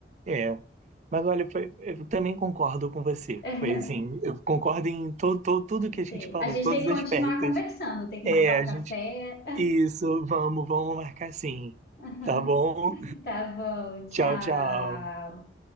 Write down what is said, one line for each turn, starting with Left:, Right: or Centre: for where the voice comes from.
Right: é. Mas olha, foi, eu também concordo com você.
Left: <laughs>
Right: Foi assim, eu concordo em todo, todo, tudo que a gente
Left: Sei.
Right: falou,
Left: A gente
Right: todos
Left: tem que
Right: os
Left: continuar
Right: aspectos.
Left: conversando, tem que
Right: É,
Left: marcar
Right: a
Left: um café.
Right: gente. Isso, vamos, vamos marcar sim.
Left: <laughs>
Right: Tá bom?
Left: Tá bom, tchau.
Right: Tchau, tchau.